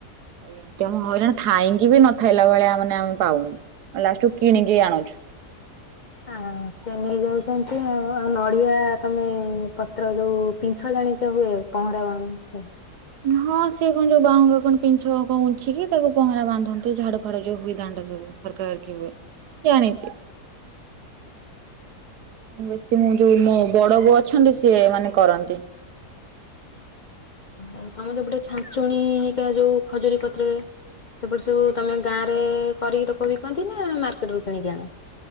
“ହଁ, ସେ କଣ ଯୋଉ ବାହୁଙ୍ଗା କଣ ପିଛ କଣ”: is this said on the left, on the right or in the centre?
Right